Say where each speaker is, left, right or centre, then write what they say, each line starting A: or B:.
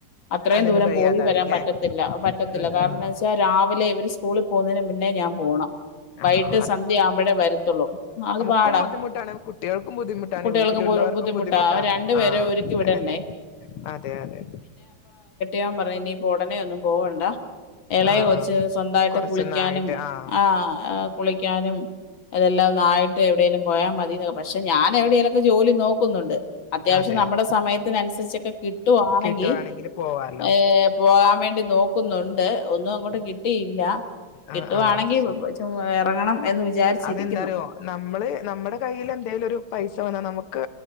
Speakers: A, on the left (about 65°); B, on the left (about 85°).
A: അത്രയും
B: അതിനും
A: ദൂരം
B: കഴിയാതായില്ലേ
A: പോയി വരാൻ പറ്റത്തില്ല. പറ്റത്തില്ല
B: ഉം
A: കാരണം
B: ഉം
A: എന്താന്ന് വെച്ചാ രാവിലെ ഇവര് സ്കൂളിൽ പോകുന്നതിന് മുന്നേ ഞാൻ പോണം വൈകിട്ട്
B: ആഹ്
A: സന്ധ്യ അവുമ്പഴേ വരത്തുള്ളൂ അത് പാടാ
B: ക്കും ബുദ്ധിമുട്ടാണ് കുട്ടികൾക്കും ബുദ്ധിമുട്ടാണ്
A: കുട്ടികൾക്കും
B: വീട്ടിലുള്ളവർക്കും
A: ബു-
B: ബുദ്ധിമുട്ടാ
A: അവർ രണ്ടുപേരെ
B: ആ
A: ഒരുക്കി വിടണ്ടേ
B: അല്ലെ അതെ അതെ
A: യാൻ പറഞ്ഞ് ഇനിയിപ്പോ ഉടനെ ഒന്നും പോവണ്ട എളയ
B: ആഹ്
A: കൊച്ച്
B: ആഹ്
A: സ്വന്തായിട്ട്
B: കൊറച്ചൊന്നായിട്ട്
A: കുളിക്കാനും
B: ആഹ്
A: ആ അഹ് കുളിക്കാനും അതെല്ലാം ഒന്നായി ത്ത് എവിടേലും പോയാ മതിന്ന്. പക്ഷെ ഞാ എവിടേലുക്കെ നോ ക്കുന്നുണ്ട് അത്യാവശ്യം
B: അതെ
A: നമ്മുടെ സമയത്തിനനുസരിച്ചൊക്കെ കിട്ടുവാണെങ്കിൽ
B: കിട്ടുവാണെങ്കില് പോവാലോ
A: ഏ പോകാൻ വേണ്ടി നോക്കുന്നുണ്ട് ഒന്നും അങ്ങോട്ട് കിട്ടിയില്ല കിട്ടുവാണെങ്കിൽ
B: ആഹ് ആഹ് അത് ശരി
A: ചോ ഇറങ്ങണം എന്ന് വിചാരിച്ചിരിക്കുന്നു.
B: അതെന്താറിയോ നമ്മള് നമ്മടെ കൈയ്യിലെ എന്തെലും ഒരു പൈസ വന്നാ നമുക്ക്